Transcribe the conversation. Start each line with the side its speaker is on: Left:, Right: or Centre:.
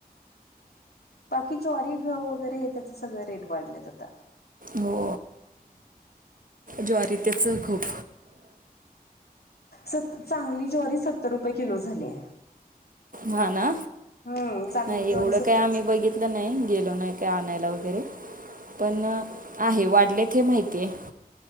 Left: बाकी ज्वारी गहू वगैरे हे त्याच सगळं रेट वाढलेत आता
Right: हो ज्वारी त्याच खूप
Left: सत चांगली ज्वारी सत्तर रुपये किलो झालीय
Right: ह ना
Left: हम्म चांगली
Right: नाही
Left: ज्वारी
Right: एवढं
Left: सत्तर
Right: काय आम्ही
Left: रुपये
Right: बघित लं नाही गेलो नाही काय आणायला वगैरे पण आहे वाढलेत हे माहिती आहे.